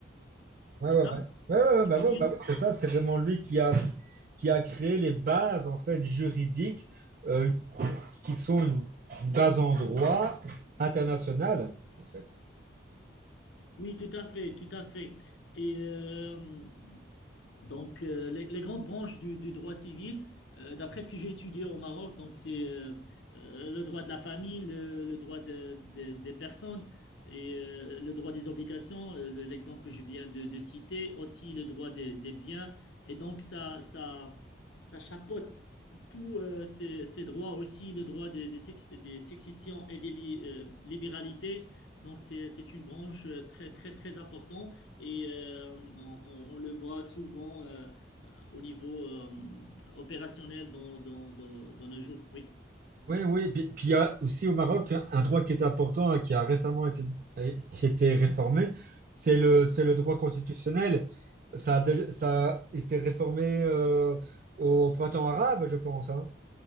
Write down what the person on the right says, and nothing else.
Ouais, ouais,
ouais. Ouais, ouais, ouais,
bah,
ouais, bah oui, c'est ça, c'est vraiment lui qui a, qui a créé les bases en fait juridiques euh, qui sont une, une base en droit international, en fait.
Oui, oui, puis, puis il y a aussi au Maroc un droit qui est important et qui a récemment été, qui a été réformé, c'est le, c'est le droit constitutionnel. Ça a, déjà- ça a été réformé euh, au printemps arabe, je pense, hein.